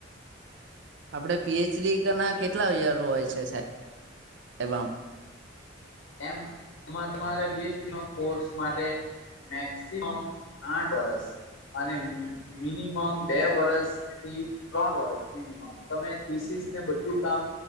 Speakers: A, on the right; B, on the left.
A: આપડે પીએચડી ના કેટલા યર હોય છે સાહેબબ
B: એ એમાં તમારે પી એચ ડી ન કોર્સ માટે મેક્સિમમ આઠ વરષ અને મિનિમમ બે વરષ થી ત્રણ વર્ષ મિનિમમ તમેીસીસને બધું કામ